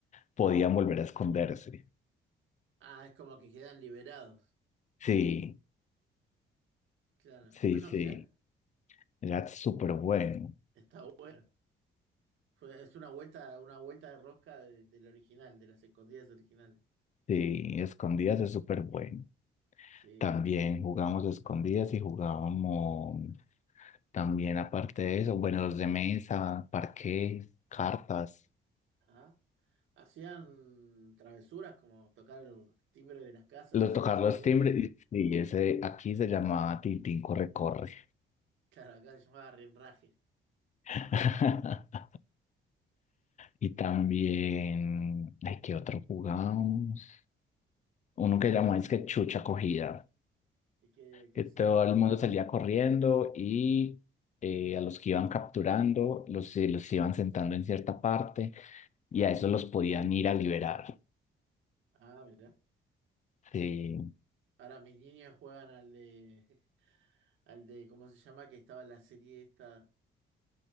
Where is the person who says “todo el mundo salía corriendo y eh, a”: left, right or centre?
Left